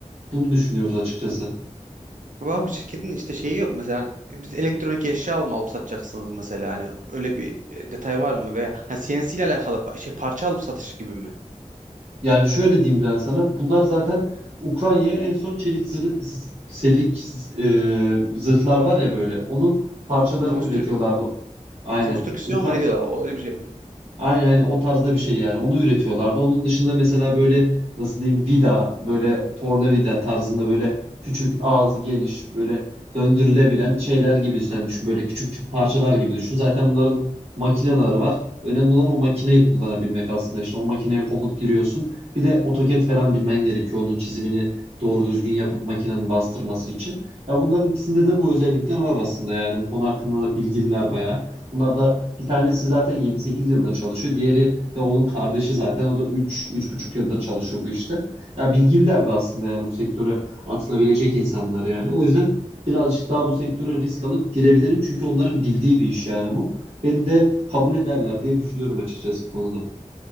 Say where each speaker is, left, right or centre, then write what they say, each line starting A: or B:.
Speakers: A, on the right; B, on the right.
A: Bunu düşünüyoruz açıkçası.
B: Ama abi şirketin işte şeyi yok mesela hani biz elektronik eşya alıp, alıp satacaksınız mesela yani öyle bir e, detay var mı veya ha, CNC ile alakalı pa- şey parça alıp satışı gibi mi?
A: Yani şöyle diyeyim ben sana. Bunlar zaten Ukrayna'ya en son çelik zırh, çelik e, zırhlar var ya böyle. Onun parçalarını
B: Ko konstrü
A: üretiyorlardı. Aynen.
B: konstrüksiyon
A: Ukra-
B: mu ne diyorlar o öyle bir şey mi?
A: Aynen aynen o tarzda bir şey yani. Onu üretiyorlardı. Onun dışında mesela böyle nasıl diyeyim vida böyle tornavida tarzında böyle küçük ağzı geniş böyle döndürülebilen şeyler gibi sen düşün. Böyle küçük küçük parçalar gibi düşün. Zaten bunların makineleri var. Önemli olan o makineyi kullanabilmek aslında. İşte o makineye komut giriyorsun. Bir de AutoCAD falan bilmen gerekiyor. Onun çizimini doğru düzgün yapıp makinenin bastırması için. Ya bunların ikisinde de bu özellikler var aslında yani. Bu konu hakkında da bilgililer bayağı. Bunlar da bir tanesi zaten 7-8 yıldır çalışıyor. Diğeri de onun kardeşi zaten. O da 3 buçuk yıldır çalışıyor bu işte. Ya bilgililer de aslında yani bu sektöre atılabilecek insanlar yani. O yüzden birazcık daha bu sektöre risk alıp girebilirim. Çünkü onların bildiği bir iş yani bu. Beni de kabul ederler diye düşünüyorum açıkçası bu konuda.